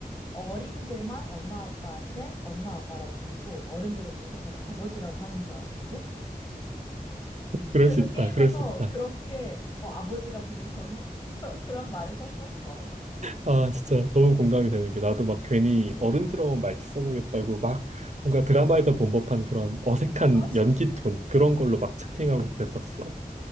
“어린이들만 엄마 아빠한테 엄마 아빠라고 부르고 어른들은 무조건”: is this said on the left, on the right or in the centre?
Left